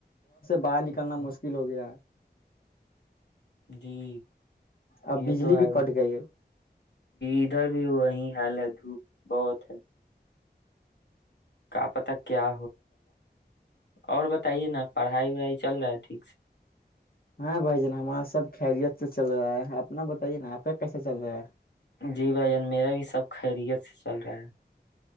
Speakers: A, on the left; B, on the left.
A: باہر نکلنا
B: اچھا
A: مشکل ہو گیا ہے
B: جی
A: اب
B: یہ
A: بجلی
B: تو
A: بھی
B: ہے
A: کٹ گئی ہے
B: ادھر بھی وہیں ہیلو جی بہت کا مطلب کیا اور بتائیے نہ پڑھائی نہیں چل رہا ہے
A: میں بھائی جان سب خیریت سے چل رہا ہے اپنا بتائی نامے کیسا چل رہا ہے
B: جی بھائی جان میرا بھی سب خیریت ہے